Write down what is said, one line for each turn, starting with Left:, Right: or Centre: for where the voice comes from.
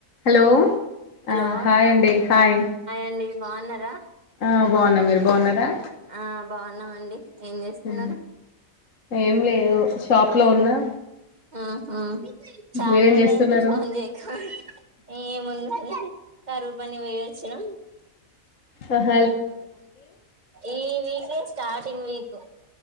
Left: hello
Right: hello
Left: ఆ hi అండి hi
Right: అండి బాగున్నారా
Left: ఆ బాగున్నా మీరు బాగున్నారా
Right: ఆ బాగున్నామండి ఏం చేస్తున్నారు
Left: ఉ ఏం లేదు షాప్ లో ఉన్నా
Right: ఆహా చాలా
Left: మీరేం
Right: రోజులు
Left: చేస్తున్నారు
Right: అయింది ఫోన్ చేయక ఏముందు కారువు పని పోయివచ్చినం
Left: ఆహ
Right: ఈ వీకే స్టార్టింగ్ వీక్